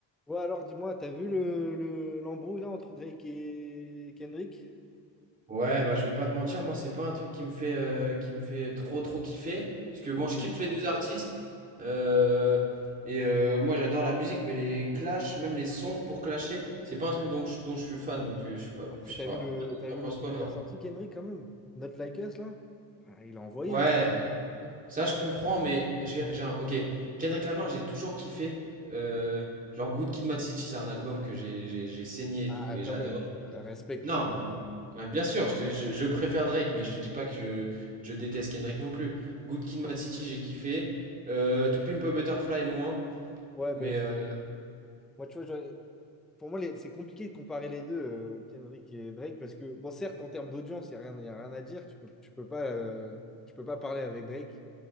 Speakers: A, in the centre; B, on the right.
A: Ouais, alors dis-moi, t'as vu le, le- l'embrouille là entre Drake et Kendrick?
B: Ouais, bah je vais pas te mentir, moi c'est pas un truc qui me fait euh, qui me fait trop trop kiffer. Parce que bon,
A: Ah
B: je
A: ouais?
B: kiffe les deux artistes. euh, et euh, moi j'adore la musique, mais les clashs, même les sons pour clasher, c'est pas un truc dont je, dont je suis fan, donc euh, je sais pas,
A: Après,
B: je sais
A: t'as
B: pas.
A: vu le, t'as
B: T'en
A: vu
B: penses
A: le son
B: quoi
A: qu'il
B: toi?
A: a sorti, Kendrick, quand même? Not Like Us, là? Ah, il a envoyé,
B: Ouais,
A: hein?
B: ça je comprends, mais j'ai j'ai un. Ok. Kendrick Lamar, j'ai toujours kiffé. euh, genre Good Kid, Mad City, c'est un album que j'ai j'ai- j'ai saigné et
A: Ah,
B: tout, et
A: quand
B: j'adore.
A: même. Euh, respect.
B: Non, ouais, bien sûr, je, te- je- je préfère Drake, mais je te dis pas que je, je déteste Kendrick non plus. Good Kid, Mad City, j'ai kiffé. Euh, To Pimp a Butterfly, moins.
A: Ouais,
B: Mais
A: mais pff,
B: euh,
A: moi, tu vois, j'aurais- pour moi, les- c'est compliqué de comparer les deux, euh, Kendrick et Drake, parce que, bon, certes, en termes d'audience, il n'y a rien, y a rien à dire. Tu peux, tu peux pas, euh, tu peux pas parler avec Drake.